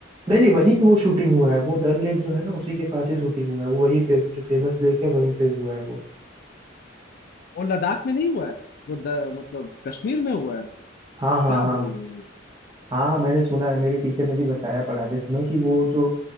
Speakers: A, on the right (about 25°); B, on the left (about 50°).
A: नहीं नहीं वहीं पे वो शूटिंग हुआ है वो डल लेक जो है ना उसी के पास ही शूटिंग हुआ है वो वहीं पे जो फेमस लेक है वहीं पे हुआ है वो
B: वो लद्दाख में नहीं हुआ है वो द, मतलब कश्मीर में हुआ है
A: हाँ हाँ
B: क्या
A: हाँ
B: बोल रहे हो
A: हाँ हाँ, मैंने सुना है मेरे टीचर ने भी बताया पढ़ाते समय कि वो जो